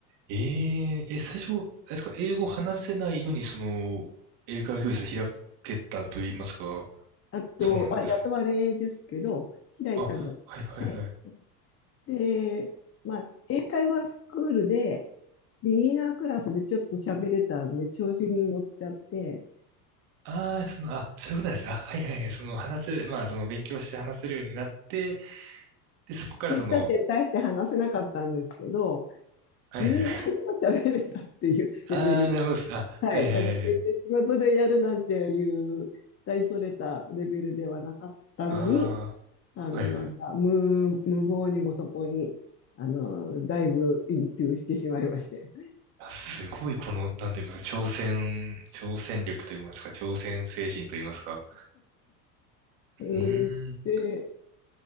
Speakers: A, on the right; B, on the left.
A: えー、え、最初、あれですか、英語話せないのに、その、英会話教室開けたと言いますか、
B: あと、
A: そうなんですかね。
B: まあ、やとれですけど、開いたんじゃなくて、
A: あ、はいはいはい。
B: で、まあ、英会話スクールで、ビギナークラスでちょっと喋れたんで、調子に乗っちゃって、
A: ああ、その、あ、そういうことなんですね。あ、はいはいはい。その、話せ、まあ、その、勉強して話せるようになって、で、そこからその、
B: で、だって大して話せなかったんですけど、
A: はいはいはい。
B: ビギナーでも喋れたっていう <laughs> レベル。
A: ああ、なるほどです。あ、
B: はい。
A: はいはいはい。
B: だから全然仕事でやるなんていう大それたレベルではなかったのに、
A: あ
B: あの、
A: あ、はいはい。
B: なんか、無、無謀にもそこに、あの、だいぶイントゥしてしまいまして。
A: あ、すごい、この、なんと言いますか、挑戦、挑戦力と言いますか、挑戦精神と言いますか。
B: うん、
A: うーん、
B: で、